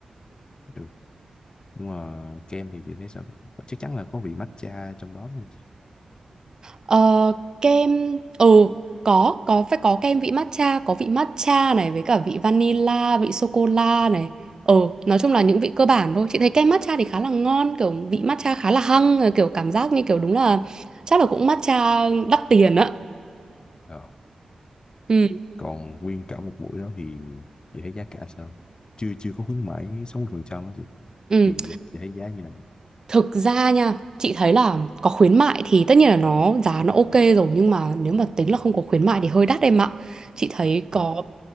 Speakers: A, on the left; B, on the right.
A: được nhưng mà kem thì chị thấy sao Ờ, chắc chắn là có vị matcha trong đó luôn
B: Ờ, kem ừ có có phải có kem vị matcha có vị matcha này với cả vị vanilla vị sô cô la này ừ nói chung là những vị cơ bản thôi chị thấy kem matcha thì khá là ngon kiểu vị matcha khá là hăng kiểu cảm giác như kiểu đúng là chắc là cũng matcha đắt tiền á
A: ờ.
B: ừ
A: còn nguyên cả một buổi đó thì chị thấy giá cả sao chưa chưa có khuyến mãi 60% đó chị
B: ừ
A: thì chị thấy giá như là
B: Thực ra nha, chị thấy là có khuyến mại thì tất nhiên là nó giá nó ok rồi nhưng mà nếu mà tính là không có khuyến mại thì hơi đắt em ạ. Chị thấy có
A: ờ